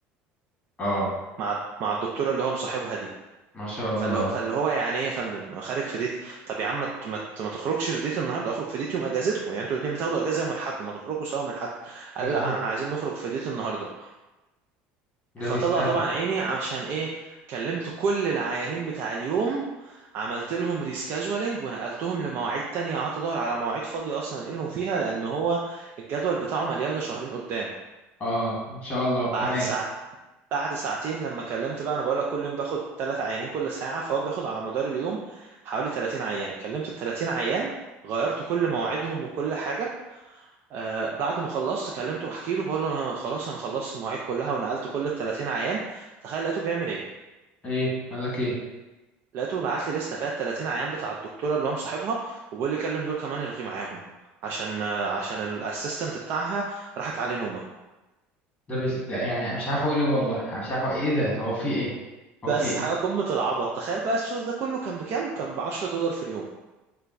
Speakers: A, on the left (about 20°); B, on the right (about 50°).
A: اه
B: مع مع الدكتوره اللي هو مصاحبها دي
A: ما شاء
B: فاللي
A: الله
B: فاللي هو يعني ايه يا فندم خارج في ديت طب يا عم ما ت- ما ت- ما تخرجش في ديت النهارده اخرج في ديت يوم اجازتكم يعني انتوا الاثنين بتاخدوا اجازه يوم الاحد ما تخرجوا سوا من الحد
A: مظبوط
B: قال لا احنا عايزين نخرج في ديت النهارده
A: ده
B: فطلع
A: بيستهبل
B: طبعا عيني عشان ايه كلمت كل العيانين بتاع اليوم عملت لهم ريسكاجولينج ونقلتهم لمواعيد تانية قعدت ادور على مواعيد فاضية اصلا انقلهم فيها لان هو الجدول بتاعه مليان لشهرين قدام
A: اه ما شاء الله
B: بعد
A: كمان
B: ساعة بعد ساعتين لما كلمت بقى انا بقول لك كل يوم باخد 3 عيانين كل ساعة فهو بياخد على مدار اليوم حوالي 30 عيان كلمت ال 30 عيان غيرت كل مواعيدهم وكل حاجة آه بعد ما خلصت كلمته بحكي له بقول له انا خلاص انا خلصت المواعيد كلها ونقلت كل ال 30 عيان تخيل لقيته بيعمل ايه
A: إيه قال لك إيه؟
B: لقيته بعت لي لسته فيها 30 عيان بتاع الدكتوره اللي هو مصاحبها وبيقول لي كلم دول كمان الغي معاهم عشان عشان الاسيستنت بتاعها راحت عليه نومه
A: ده بيس... ده يعني أنا مش عارف اقول ايه والله أنا مش عارف أقول ايه ده هو في ايه هو
B: بس
A: في ايه
B: حاجه قمه العبط تخيل بقى السور ده كله كان بكام كان ب 10 دولار في اليوم